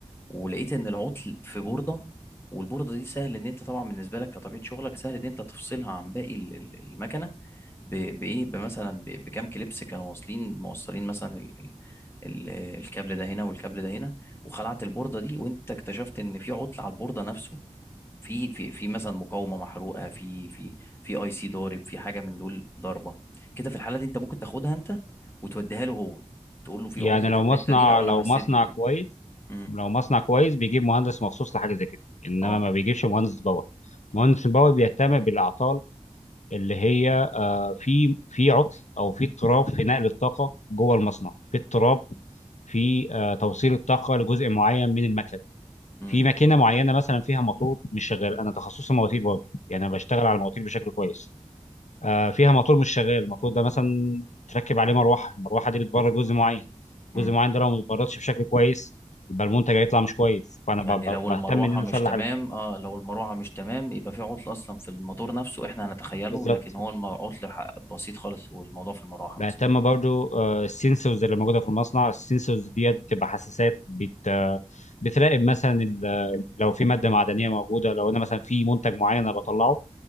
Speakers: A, on the left; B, on the left.
A: ولقيت ان العطل في بورده والبورده دي سهل ان انت طبعا بالنسبه لك كطبيعه شغلك سهل ان انت تفصلها عن باقي ال- ال- المكنه ب- بايه بمثلا ب- بكام كليبس كانوا واصلين موصلين مثلا ال ال ال الكابل ده هنا والكابل ده هنا وخلعت البورده دي وانت اكتشفت ان في عطل على البورده نفسه في في في مثلا مقاومه محروقه في في في اي سي ضارب في حاجه من دول ضاربه كده في الحاله دي انت ممكن تاخدها انت وتوديها له هو تقول له في
B: يعني
A: عطل
B: لو
A: في الحته
B: مصنع
A: دي او
B: لو
A: انا حسيت
B: مصنع
A: بكده
B: كويس
A: امم
B: لو مصنع كويس بيجيب مهندس مخصوص لحاجه زي كده انما
A: اه
B: ما بيجيبش مهندس باور مهندس باور بيهتم بالاعطال اللي هي في في عطل او في اضطراب في نقل الطاقه جوه المصنع في اضطراب في آه، توصيل الطاقه لجزء معين من المكن
A: مم.
B: في ماكينه معينه مثلا فيها موتور مش شغال انا تخصصي مواتير برضه يعني انا بشتغل على المواتير بشكل كويس آه، فيها موتور مش شغال الموتور ده مثلا متركب عليه مروحه المروحه دي بتبرد جزء معين الجزء
A: مم.
B: المعين ده لو ما اتبردش بشكل كويس يبقى المنتج هيطلع مش كويس فانا
A: يعني
B: ب-
A: لو
B: ب- بهتم
A: المروحه
B: ان انا
A: مش
B: اصلح
A: تمام
B: ال-
A: اه لو المروحه مش تمام يبقى في عطل اصلا في الموتور نفسه احنا هنتخيله
B: بالظبط
A: لكن هو الم- عطل ح- بسيط خالص والموضوع في المروحه
B: بهتم
A: مثلا
B: برضو السنسورز اللي موجوده في المصنع السنسورز ديت بتبقى حساسات بت آه، بتراقب مثلا ال- لو في ماده معدنيه موجوده لو انا مثلا في منتج معين انا بطلعه